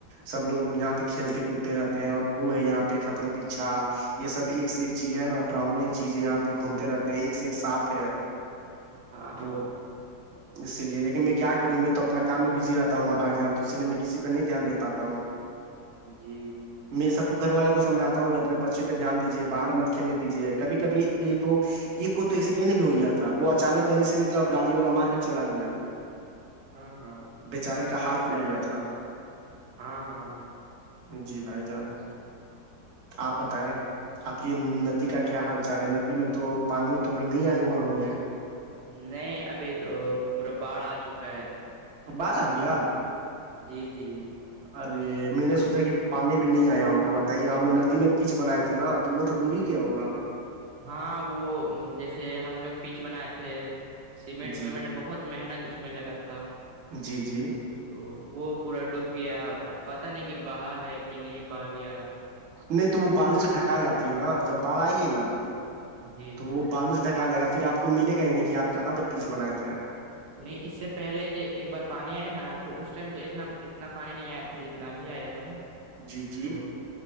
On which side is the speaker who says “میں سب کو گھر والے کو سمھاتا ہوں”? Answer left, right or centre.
Right